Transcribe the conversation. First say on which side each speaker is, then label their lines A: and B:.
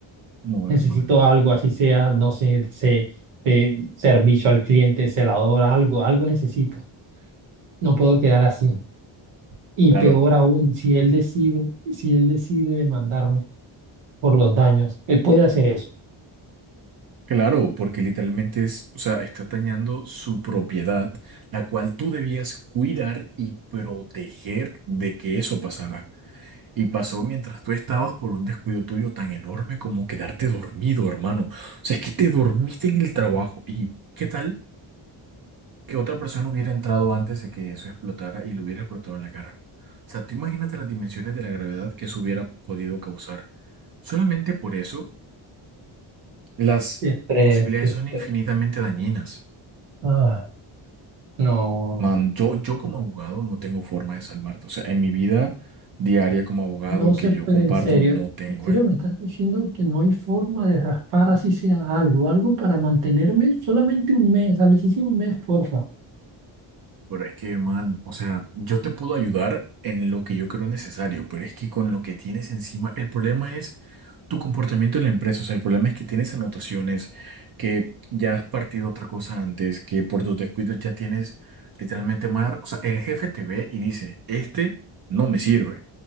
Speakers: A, on the right; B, on the right.
A: No,
B: Necesito
A: hermano.
B: algo, así sea, no sé, se- de servicio al cliente, celador, algo, algo necesito. No puedo quedar así. Y
A: Claro,
B: peor aún, si él decide, si él decide demandarme por los daños, él puede hacer eso.
A: Claro, porque literalmente es, o sea, está dañando su propiedad, la cual tú debías cuidar y proteger de que eso pasara. Y pasó mientras tú estabas por un descuido tuyo tan enorme como quedarte dormido, hermano. O sea, es que te dormiste en el trabajo. ¿Y qué tal que otra persona hubiera entrado antes de que eso explotara y lo hubiera explotado en la cara? O sea, tú imagínate las dimensiones de la gravedad que eso hubiera podido causar. Solamente por eso, las
B: Qué estrés,
A: posibilidades
B: qué estrés.
A: son infinitamente dañinas.
B: Ah, no.
A: Man, yo, yo como abogado no tengo forma de salvarte. O sea, en mi vida diaria como abogado
B: No se
A: que yo
B: puede,
A: comparto,
B: en serio.
A: no tengo,
B: En serio,
A: eh.
B: me estás diciendo que no hay forma de raspar así sea algo, algo para mantenerme solamente un mes, a sí un mes, porfa.
A: Pero es que, man, o sea, yo te puedo ayudar en lo que yo creo necesario, pero es que con lo que tienes encima, el problema es tu comportamiento en la empresa. O sea, el problema es que tienes anotaciones, que ya has partido otra cosa antes, que por tus descuidos ya tienes literalmente mal. O sea, el jefe te ve y dice, este no me sirve.